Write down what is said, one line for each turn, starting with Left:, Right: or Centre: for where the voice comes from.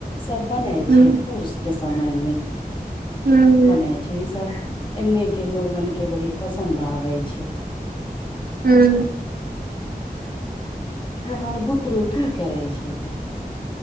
Left: सब बने
Right: हम्म,
Left: छै पूस समय मे
Right: हू
Left: बनय छै इ सब एने के लोगन के बड़ी पसन्द आबै छै
Right: हूँ
Left: हे हर बुतरू की करै छै तऽ